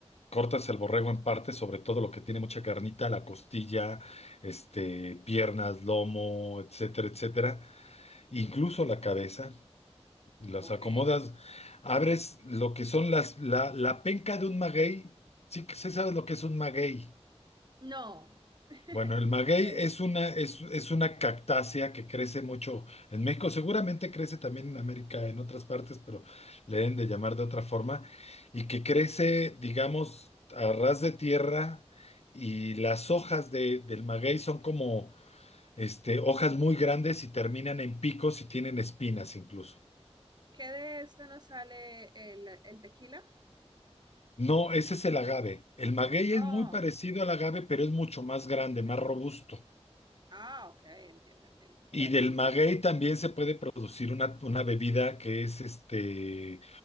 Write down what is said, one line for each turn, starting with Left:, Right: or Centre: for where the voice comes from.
Left: cortas el borrego en partes, sobre todo lo que tiene mucha carnita, la costilla, este, piernas, lomo, etcétera, etcétera. incluso la cabeza, las
Right: Ok.
Left: acomodas, abres lo que son las, la, la penca de un maguey. Sí, que sí sabes lo que es un maguey.
Right: No. <laughs> ¿Qué
Left: Bueno, el maguey
Right: es?
Left: es una, es, es una cactácea que crece mucho en México, seguramente crece también en América, en otras partes, pero le deben de llamar de otra forma, y que crece, digamos, a ras
Right: Aquí.
Left: de tierra, y las hojas de- del maguey son como este, hojas muy grandes y terminan en picos y tienen espinas incluso.
Right: ¿Qué de esto nos sale el, el tequila?
Left: No, ese es el agave. El maguey
Right: Ah,
Left: es muy parecido al agave, pero es mucho más grande, más robusto.
Right: ah, ok, entiendo, entiendo. Bueno,
Left: Y del
Right: y entonces,
Left: maguey también se puede producir una, una bebida que es este,